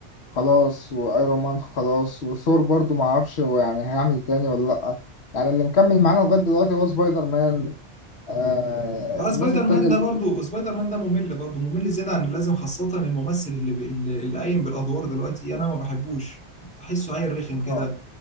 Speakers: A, on the left; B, in the centre.
A: خلاص وأيرون مان خلاص وثور برضو معرفش هو يعني هيعمل تاني ولا لأ يعني اللي مكمل معانا لغاية دلوقتي هو سبايدر مان آه
B: ما
A: الناس
B: سبايدر
A: التانية
B: مان
A: اللي
B: ده برضو سبايدر مان ده ممل برضو ممل زيادة عن اللازم خاصة الممثل اللي اللي اللي قايم بالأدوار دلوقتي أنا ما بحبوش أحسه عيل رخم كده
A: آه